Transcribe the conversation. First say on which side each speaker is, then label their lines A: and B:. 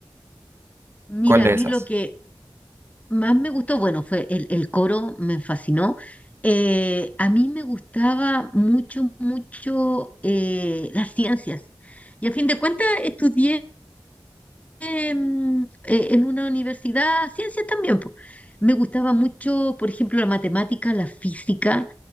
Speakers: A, on the left; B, on the right.
A: Mira,
B: ¿cuál de
A: a mí
B: esas?
A: lo que más me gustó, bueno, fue el, el coro, me fascinó. Eh, a mí me gustaba mucho, mucho eh, las ciencias. Y a fin de cuentas estudié em, eh, en una universidad ciencias también. po. Me gustaba mucho, por ejemplo, la matemática, la física,